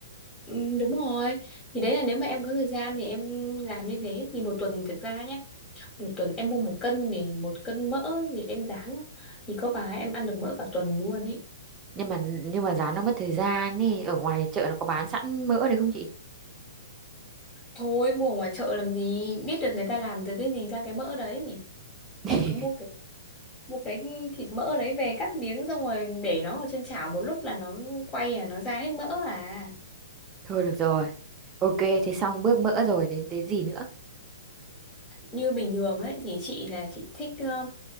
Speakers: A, on the left (about 20°); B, on the right (about 15°).
A: Ừ, đúng rồi. Thì đấy là nếu mà em có thời gian thì em làm như thế thì một tuần thực ra nhé, một tuần em mua một cân thì một cân mỡ thì em rán á, thì có bà em ăn được mỡ cả tuần luôn ấy
B: Nhưng mà nhưng mà rán nó mất thời gian ấy, ở ngoài chợ nó có bán sẵn mỡ đấy không chị?
A: Thôi mua ở ngoài chợ làm gì biết được người ta làm từ cái gì ra cái mỡ đấy
B: <laughs>
A: em cứ mua cái mua cái thịt mỡ đấy về cắt miếng xong rồi để nó ở trên chảo một lúc là nó quay à nó ra hết mỡ à
B: Thôi được rồi. Ok, thế xong bước mỡ rồi, đến đến gì nữa?
A: như bình thường ấy thì chị là chị thích ờ,